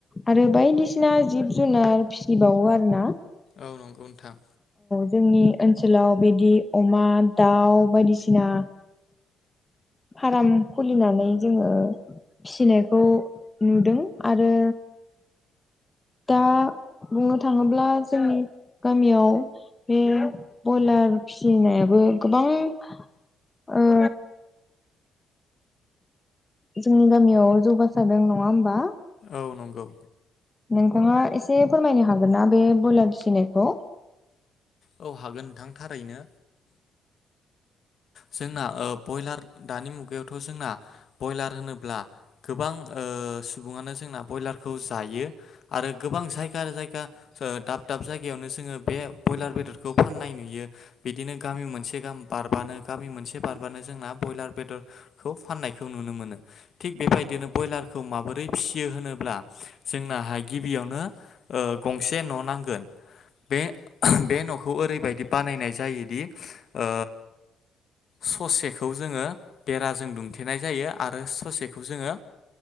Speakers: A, on the left; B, on the left.
A: आरो बायदिसिना जिब जुनार फिसिबाव <unintelligible>
B: औ नंगौ नोंथां।
A: जोंनि ओनसोलाव बेदि अमा दाउ बायदिसिना। फाराम खुलिनानै जोङो। फिसिनायखौ नुदों आरो। दा बुंनो थाङोब्ला जोंनि गामियाव बे बयलार फिसिनायाबो गोबां ओ। जोंनि गामियाव जौगासादों नङा होमबा
B: औ नंगौ।
A: नोंथाङा एसे फोरमायनो हागोनना बे ब्रयलार फिसिनायखौ
B: औ हागोन नोंथां थारैनो। जोंना ओ बयलार। दानि मुगायावथ' जोंना ब्रयलार होनोब्ला गोबां सुबुङानो जोंना ब्रयलार जायो आरो गोबां जायगा जायगा दाब दाब जायगायावनो जों बे बयलार बेदरखौ फाननाय नुयो बिदिनो गामि मोनसे बारबानो गामि मोनसे बारबानो जोंना बयलार बेदरखौ फाननायखौ नुनो मोनो थिग बेबायदिनो बयलार। खौ माबोरै फिसियो होनोब्ला जोंनाहाय गिबियावनो गंसे न' नांगोन
A: <inaudible>
B: बे ओहोम बे न'खौ ओरैबायदि बानायनाय जायोदि ओ। ससेखौ जोङो बेराजों दुंथेनाय जायो आरो ससेखौ जोङो